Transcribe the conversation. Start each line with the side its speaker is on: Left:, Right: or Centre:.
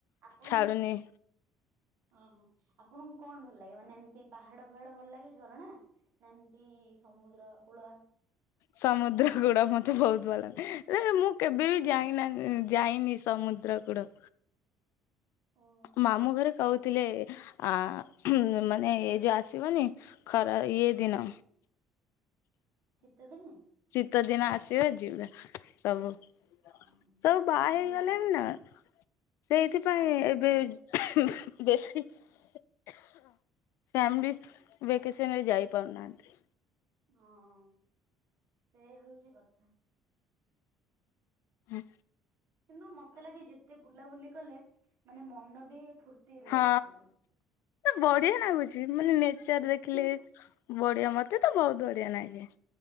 Right: ଆପଣ
Left: ଛାଡୁନି।
Right: ଓହୋ ଆପଣଙ୍କୁ କଣ ଭଲ ଲାଗେ ମାନେ ଏମତି ପାହାଡ ଫାହାଡ ଭଲ ଲାଗେ ଝରଣା ନା ଏମତି ସମୁଦ୍ର କୁଳ
Left: ସମୁଦ୍ର ଗୁଡା ମତେ ବହୁତ ଭଲ ଲାଗେ ହେ ମୁଁ କେବେ ବି ଯାଇନା ଯାଇନି ସମୁଦ୍ର କୁଳ
Right: ଓ
Left: ମାମୁଁ ଘରେ କହୁଥିଲେ ଆ ମାନେ ଏଇ ଯୋଉ ଆସିବନି ଖରାପ ଇ ଦିନ
Right: ଶୀତଦିନେ
Left: ସତ ଦିନ ଆସିବା ଯିବା ସବୁ ସବୁ
Right: ହଁ
Left: ବାହା ହେଇଗଲେଣି
Right: ଭଲ
Left: ନା ସେଇଥିପାଇଁ
Right: ହଁ
Left: ବେଶି ଫ୍ୟାମିଲି ଭେକେସନରେ ଯାଇ ପାରୁନାହାନ୍ତି।
Right: ହଁ ସେ ହଉଛି କଥା
Left: ହୁଁ।
Right: କିନ୍ତୁ ମତେ ଲାଗେ ଯେତେ ବୁଲାବୁଲି କଲେ ମାନେ ମନ ବି ଫୁର୍ତ୍ତି ରୁହେ
Left: ହଁ
Right: ଆକ୍ଚୁଆଲି
Left: ବଢିଆ ଲାଗୁଛି ମାନେ ନେଚର ଦେଖିଲେ
Right: ହୁଁ
Left: ବଢିଆ ମତେ ତ ବହୁତ ବଢିଆ ଲାଗେ